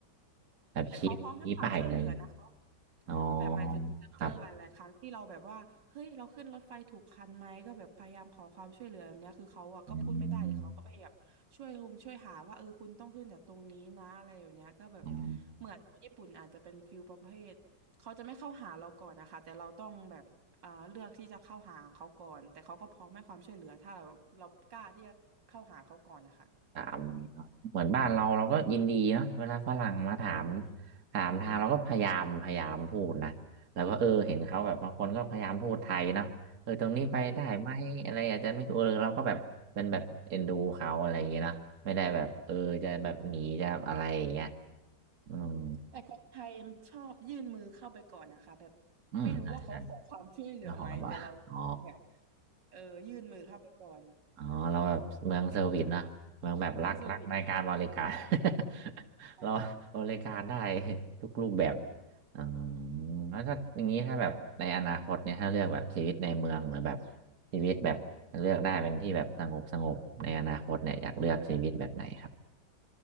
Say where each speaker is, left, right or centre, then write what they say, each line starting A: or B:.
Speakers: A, on the right; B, on the right.
A: แบบชี้ชี้ไปายอะไร
B: แต่เขาพร้อมให้ความช่วยเหลือนะคะ
A: อ๋อ
B: แบบหมายถึงเจอหลายๆครั้งที่เราแบบว่าเฮ้ยเราขึ้นรถไฟถูกคันไหมก็แบบพยายามขอความช่วยเหลือแบบเนี้ยคือเขาอะก็พูดไม่ได้แต่เขาก็พยายามช่วยคงช่วยหาว่าเออคุณต้องขึ้นจากตรงนี้นะอะไรแบบเนี้ยก็แบบ
A: ครับอืม
B: เหมือนคนญี่ปุ่นอาจจะเป็นฟิลประเภทเขาจะไม่เข้าหาเราก่อนนะคะแต่เราต้องแบบเอ่าเลือกที่จะเข้าหาเขาก่อนแต่เขาก็พร้อมให้ความช่วยเหลือถ้าเราเรากล้าที่จะเข้าหาเขาก่อนนะคะ
A: ถามเนาะเหมือนบ้านเราเราก็ยินดีเนาะเวลาฝรั่งมาถาม
B: ใช่
A: ถามทางเราก็พยายามพยายามพูดนะแล้วก็เออเห็นเขาแบบบางคนก็พยายามพูดไทยเนาะเออตรงนี้ไปได้ไหมอะไรอาจจะไม่ถูกเออเราก็แบบเป็นแบบเอ็นดูเขาอะไรอย่างเงี้ยเนาะไม่ได้แบบเออจะแบบหนีจะอะไรอย่างเงี้ยอืม
B: แต่คนไทยชอบยื่นมือเข้าไปก่อนนะคะแบบ
A: อืมใช่ใช่
B: ไม่รู้ว่าเขาขอความช่วยเหลือไหมแต่เราต้องแบบ
A: แล้วขอาบอกอ๋อ
B: เออยื่นมือเข้าไปก่อน
A: อ๋อเราแบบเมืองเซอร์วิสนะเมืองแบบรักรักในการบริการ
B: มันเซอร์วิสจริงๆค่ะ
A: <laughs>
B: ใช่ค่ะ
A: เราบริการได้ <laughs> ทุกรูปแบบอ๋อแล้วถ้าอย่างนี้ถ้าแบบในอนาคตเนี่ยถ้าเลือกแบบชีวิตในเมืองหรือแบบชีวิตแบบเลือกได้เป็นที่แบบสงบสงบในอนาคตเนี่ยอยากเลือกชีวิตแบบไหนครับ